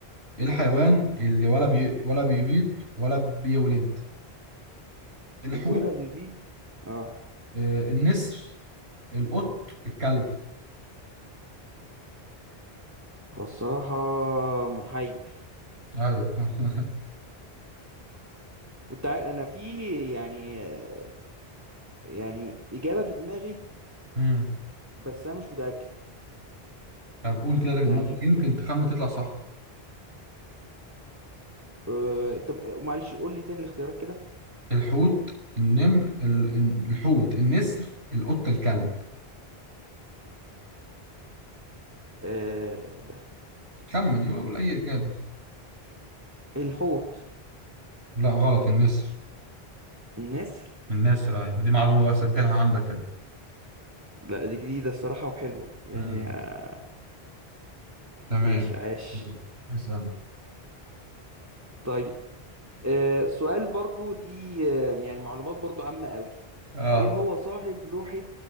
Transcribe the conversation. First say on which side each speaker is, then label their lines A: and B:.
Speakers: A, on the right; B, on the right.
A: ايه الحيوان اللي ولا بي... ولا بيبيض ولا بيولد الحوت
B: ولا بيبيض اه
A: آه النسر القط الكلب
B: هو الصراحة محير
A: ايوه <laughs>
B: وانت عارف انا في يعني آه، يعني إجابة في دماغي
A: امم
B: بس انا مش متأكد
A: طب قول كده اللي
B: يعني
A: في دماغك يمكن تخمن تطلع صح
B: آه طب آه، معلش قول لي تاني الاختيارات كده
A: الحوت النمر ال... ال- الحوت النسر القط الكلب
B: آه
A: خمن يبقى قول اي اجابه
B: الحوت
A: لا غلط النسر
B: النسر
A: النسر ايوه دي معلومة بقى سجلها عندك كده
B: لا دي جديدة الصراحة وحلوة يعني
A: امم
B: آه،
A: تمام
B: ماشي عاش
A: مم. اسأل
B: طيب آه سؤال برضو دي آه يعني معلومات برضو عامة قوي
A: اه
B: ايه هو صاحب لوحة